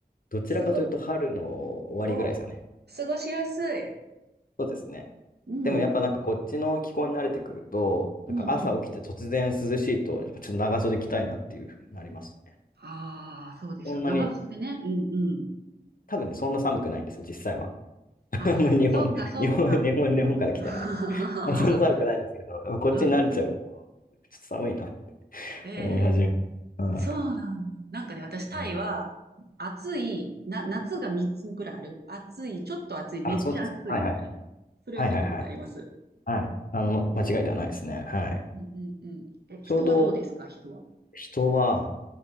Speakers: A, on the left; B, on the right.
A: どちらかというと春の終わりぐらいですかね。
B: すご、おう、過ごしやすい。
A: そうですね。
B: うん、
A: でもやっぱなんかこっちの気候に慣れてくると、なんか朝起きて突然涼しいと、
B: うん、うん。
A: やっぱちょっと長袖着たいなっていうふうになりますね。
B: ああ、そうでしょう。
A: そんなに、
B: 長袖ね。うん、うん。
A: 多分ね、そんな寒くないんですよ、実際は。<laughs>
B: あ、
A: あの日本、
B: そっか、そっか。
A: 日本、日本、日本から来たら。
B: <laughs>
A: あそんな寒くないんですけど、こっちに慣れちゃうと、
B: うん。
A: ちょっと寒いな、
B: へえ、
A: 思い始める。はい。
B: そうなんだ。なんかね、私、タイは、
A: うん
B: 暑い、な、夏が3つぐらいある。暑い、ちょっと暑い、めっちゃ暑いみたいな。
A: あ、そうです。はいはいはい。
B: それは聞いたことあります。
A: はいはいはい。はい。あの、
B: ね。
A: ま間違いではないですね。はい。
B: うん、うん、うん。え、人はどうですか、
A: ちょうど
B: 人は。
A: 人は、